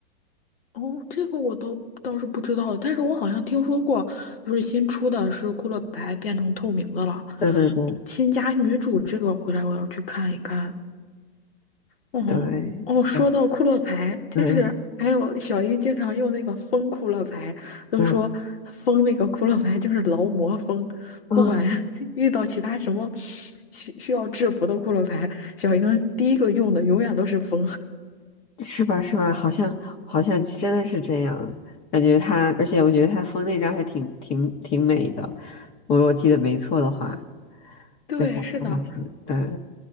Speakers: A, on the left; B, on the left.
A: 哦，这个我倒倒是不知道，但是我好像听说过，就是新出的是《库洛白》变成透明的了，
B: 对对对
A: 新加女主这个回来我要去看一看，哦哦，
B: 对，
A: 说到库洛牌，
B: 然后
A: 就是还有小英经常用那个风库洛牌，
B: 嗯
A: 都说风那个库洛牌就是劳模风，
B: 嗯啊，
A: 不管 <laughs> 遇到其他什么需需要制服的库洛牌，小英第一个用的永远都是风。
B: 是吧是吧？好像好像真的是这样，感觉他，而且我觉得他封那张还挺挺挺美的，我我记得没错的话，
A: <laughs> 对，
B: 就反正还挺对。
A: 是的。